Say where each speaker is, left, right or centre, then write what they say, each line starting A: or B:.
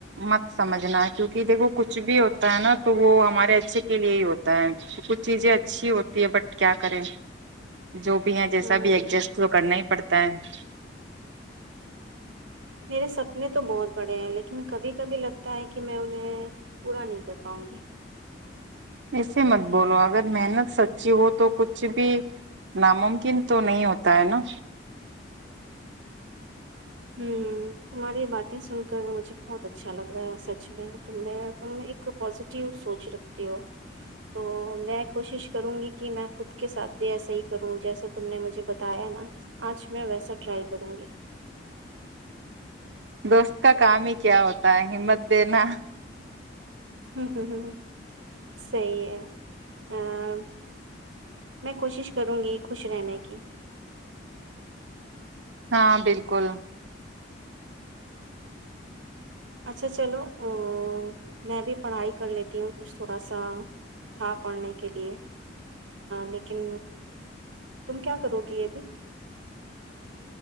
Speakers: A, on the right; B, on the right.
A: مت سمجھنا ہے کیونکہ دیکھو کچھ بھی ہوتا ہے نا تو وہ ہمارے اچھے کے لیے ہی ہوتا ہے کچھ چیزیں اچھی ہوتی ہے بٹ کیا کریں جو بھی ہے جیسا
B: ہ
A: بھی ایڈجسٹ تو کرنا ہی پڑتا تین
B: میرے سپنے تو بہت بڑے ہیں لیکن کبھی کبھی لگتا ہے کہ میں انہیں پورا نہیں کر پاؤں گی
A: اسے مت بولو اگر محنت سچی ہو تو کچھ بھی ناممکن تو نہیں ہوتا ہے نا
B: ہوں تمہاری باتیں سن کر مجھے بہت اچھا لگ رہا ہے سچ میں تم نے تم ایک پازیٹیو سوچ رکھتی ہو تو میں کوشش کروں گی کہ میں خود کے ساتھ بھی ایسا ہی کروں جیسا تم نے مجھے بتایا نا آج میں ویسا ٹرائی کروں گی
A: دوست کا کام ہی کیا ہوتا ہے ہمت دینا
B: ہوں ہوں ہ ہ صحیح ہے ا میں کوشش کروں گی خوش رہنے کی
A: ہاں بالکل
B: اچھا چلو ا میں بھی پڑھائی کر لیتی ہوں کچھ تھوڑا سا تھا پڑھنے کے لیے لیکن تم کیا کرو گی ابھی